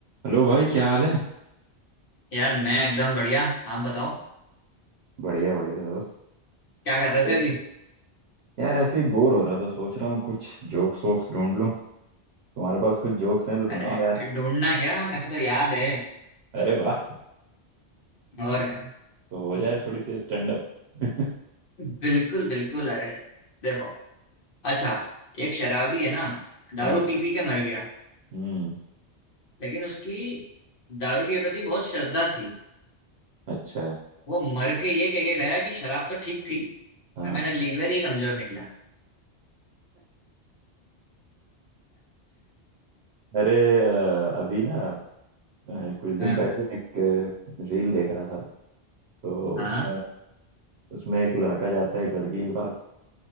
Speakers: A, on the right; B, on the left.
A: Hello भाई क्या हाल है
B: यार मैं एकदम बढ़िया आप बताओ
A: बढ़िया बढ़िया दोस्त
B: क्या कर रहे
A: हेलो।
B: थे अभी
A: यार ऐसे ही बोर हो रहा था सोच रहा हूँ कुछ जोक्स वोक्स ढूंढ लूँ तुम्हारे पास कुछ जोक्स हैं तो सुनाओ
B: अरे
A: यार
B: ढूंढना क्या मेरे को तो याद है
A: अरे वाह
B: और क्या
A: तो हो जाए थोड़ी सी स्टैंड अप <laughs>
B: बिल्कुल बिल्कुल अरे देखो अच्छा एक शराबी है ना दारू
A: हाँ
B: पी पी के मर गया
A: हम्म
B: लेकिन उसकी दारू के प्रति बहुत श्रद्धा थी
A: अच्छा
B: वो मर के ये कह के गया कि शराब तो ठीक थी
A: हाँ
B: पर मेरा लीवर ही कमजोर निकला
A: अरे अ, अभी ना अ, कुछ दिन
B: <laughs> हाँ
A: पहले एक रील देख रहा था तो
B: हाँ
A: उसमें उसमें एक लड़का जाता है एक लड़की के पास